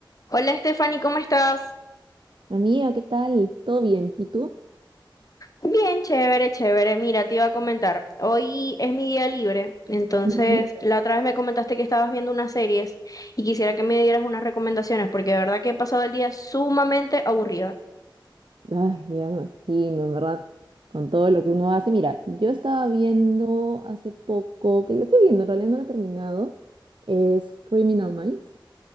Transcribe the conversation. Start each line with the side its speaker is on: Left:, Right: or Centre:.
Left: Hola Stephanie, ¿cómo estás?
Right: Amiga, ¿qué tal? ¿Todo bien? ¿Y tú?
Left: Bien, chévere, chévere. Mira, te iba a comentar. Hoy es mi día libre, entonces
Right: Ujú.
Left: la otra vez me comentaste que estabas viendo unas series y quisiera que me dieras unas recomendaciones porque de verdad que he pasado el día sumamente aburrida.
Right: Ay, ya me imagino, en verdad, con todo lo que uno hace. Mira, yo estaba viendo hace poco, que la estoy viendo, en realidad no la he terminado, es Criminal Minds.